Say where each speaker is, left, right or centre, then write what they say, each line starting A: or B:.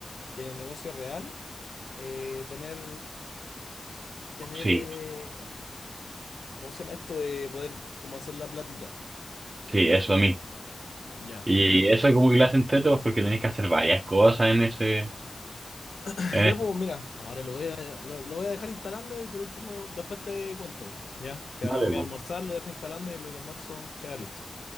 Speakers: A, on the left; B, on the right.
A: y en el negocio real, eh, tener, tener,
B: Sí,
A: eh, ¿cómo se llama esto? De poder como hacer la platita.
B: sí, eso mismo.
A: Ya.
B: Y eso es como que lo hacen tetos porque tenéis que hacer varias cosas en ese,
A: <clears throat>
B: en
A: Ya,
B: ese.
A: pues mira, ahora lo voy a, lo, lo voy a dejar instalando y por último, después te cuento, po, ¿ya? Que
B: Vale,
A: ahora voy
B: pues.
A: a almorzar, lo dejo instalando y en lo que almuerzo queda listo.